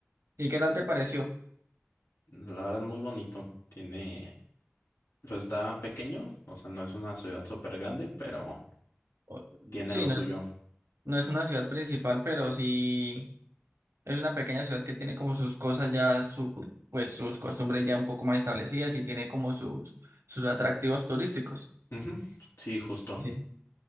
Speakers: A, on the right; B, on the left.
A: ¿Y qué tal te pareció?
B: La verdad, muy bonito. Tiene, pues está pequeño, o sea, no es una ciudad súper grande, pero
A: O-
B: tiene
A: Sí,
B: lo suyo.
A: no es, no es una ciudad principal, pero sí es una pequeña ciudad que tiene como sus cosas ya, su, cul- pues sus costumbres ya un poco más establecidas y tiene como sus, sus atractivos turísticos.
B: Ujú, Sí, justo.
A: Sí,